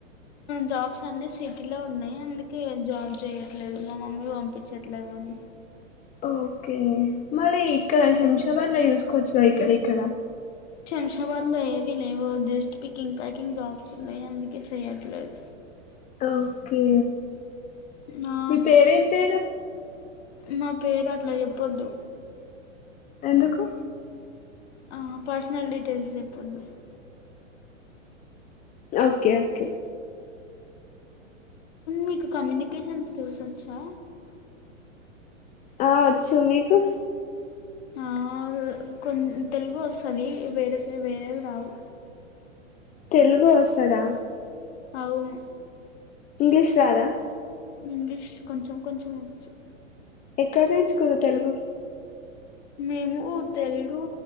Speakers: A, on the left; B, on the left.
A: జాబ్స్ అన్ని సిటీలో ఉన్నాయి అందుకే జాబ్ చేయట్లేదు మా మమ్మీ పంపించట్లేదు అని.
B: ఓకే మరి ఇక్కడ శంషాబాద్లా చూసుకోవచ్చు ఇక్కడ ఇక్కడ.
A: శంషా. ఉవాన్లో ఏవీ లేవు జస్ట్ పికింగ్ ప్యాకింగ్ జాబ్స్ ఉన్నాయి అందుకే చెయట్లేదు.
B: ఓకే.
A: నా
B: మీ పేరేం పేరు.
A: మా పేరు అట్లా చెప్పొద్దు.
B: ఎందుకు.
A: ఆహ్ పర్సనల్ డీటెయిల్స్ చెప్పొద్దు.
B: Okay okay.
A: మీకు కమ్యూనికేషన్ స్కిల్స్ వచ్చా.
B: ఆహ్ వచ్చు మీకు.
A: ఆహ్ కొన్ తెలుగు వస్తుంది వేరే వేరేవి రావు.
B: తెలుగు వస్తాదా.
A: అవును.
B: ఇంగ్లీష్ రాదా.
A: ఇంగ్లీష్ కొంచెం కొంచెం వచ్చు.
B: ఎక్కడ నేర్చుకుంరు తెలుగు.
A: మేము తెలుగు